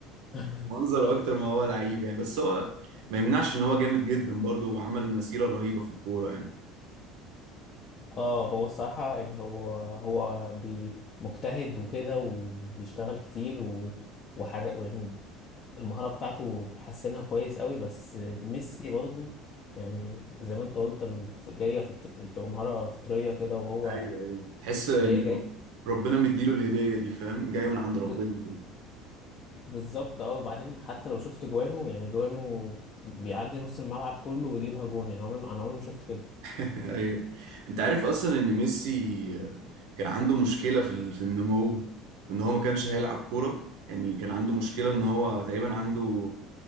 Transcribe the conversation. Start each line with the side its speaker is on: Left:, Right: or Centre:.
Left: <laughs>
Right: منظر اكتر ما هو لعيب يعني بس هو ما يمنعش ان هو جامد جدا برضه وعمل مسيرة رهيبة في الكورة يعني
Left: اه هو الصراحه يعني هو هو بي مجتهد وكده وبيشتغل كتير و... وحرق يعني المهاره بتاعته حسنها كويس قوي بس ميسي برضو يعني زي ما انت قلت ال- جايه في الط- بتبقى مهاره فطريه كده وهو
Right: ايوه ايوه تحس يعني
Left: وهي جاي
Right: ربنا مديله الهدية دي فاهم جاية من عند ربنا
Left: ب...
Right: كده.
Left: بالظبط اه وبعدين حتى لو شفت جوانه يعني جوانه بيعدي نص الملعب كله ويجيبها جون يعني عمري ما- انا عمري ما شفت كده
Right: <laughs> ايوه انت عارف اصلا ان ميسي كان عنده مشكلة في ال- في النمو وان هو ما كانش هيلعب كورة يعني كان عنده مشكلة ان هو تقريبا عنده